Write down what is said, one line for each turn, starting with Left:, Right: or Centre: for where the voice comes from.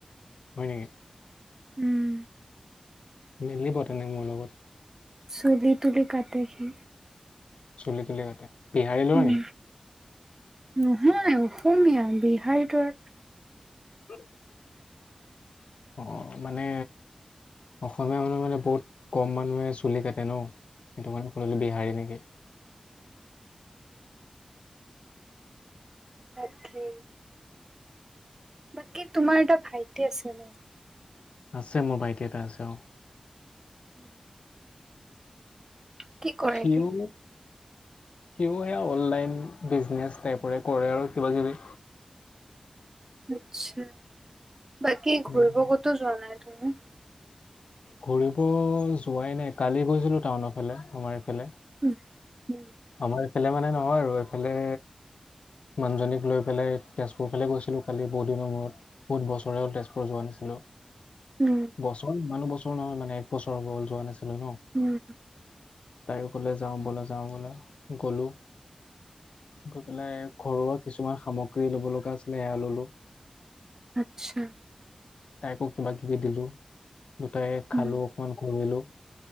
Left: হয় নেকি।
Right: উম।
Left: মিলিব তেনে মোৰ লগত।
Right: চুলি তুলি কাতে সি।
Left: চুলি তুলি কাতে, বিহাৰী লৰা
Right: উম
Left: নেকি?
Right: নহয়, অসমীয়া বিহাৰি টোৰ
Left: উ। <unintelligible> অ', মানে। অসমীয়া মানুহে মানে বহুত কম মানুহে চুলি কাটে ন। সেইটো কাৰণে খুধিলো বিহাৰী নেকি।
Right: তাকে। বাকী তোমাৰ এটা ভাইটি আছে ন?
Left: আছে মোৰ বাইটি এটা আছে অঁ।
Right: <unintelligible> কি কৰে
Left: সিউ
Right: সি
Left: <unintelligible> সিও সেয়া অনলাইন বিজনেছ টাইপৰে কৰে আৰু কিবা কিবি।
Right: আচ্ছা। বাকী
Left: কিবি
Right: ঘূৰিব কতো যোৱা নাই তুমি।
Left: ঘূৰিব যোৱাই নাই কালি গৈছিলোঁ টাউনৰ ফালে আমাৰ এই ফালে।
Right: উ।
Left: আমাৰ এইফালে মানে নহয় আৰু এইফালে মানুহজনীক লৈ পেলাই তেজপুৰ ফালে গৈছিলোঁ কালি বহুদিনৰ মূৰত। বহুত বছৰেই হল তেজপুৰত যোৱা নাছিলোঁ।
Right: উম।
Left: বছৰ, ইমানো বছৰ নহয় মানে এক বছৰ হ, যোৱা নাছিলো ন।
Right: উম,
Left: তাইয়ো ক'লে যাওঁ বোলে যাওঁ বোলে গ'লো। গৈ পেলাই ঘৰুৱা কিছুমান সামগ্ৰী ল'ব লগা আছিলে এয়া ললো।
Right: আচ্ছা।
Left: তাইকো কিবা কিবি দিলো দুটাই খালো
Right: উম
Left: অকমান ঘূৰিলোঁ।